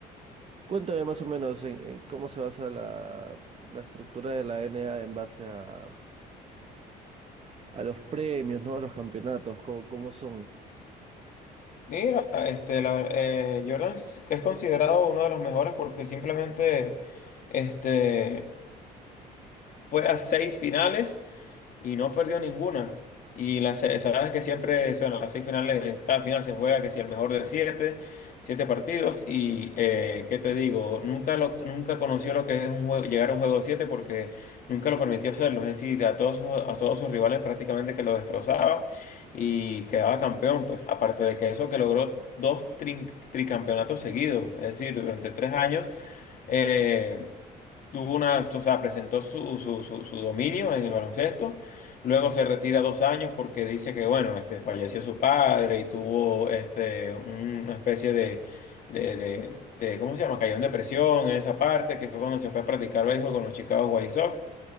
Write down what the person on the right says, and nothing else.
Cuéntame más o menos en, en cómo se basa la, la estructura de la NA en base a, a los premios, ¿no? A los campeonatos, cómo, cómo son.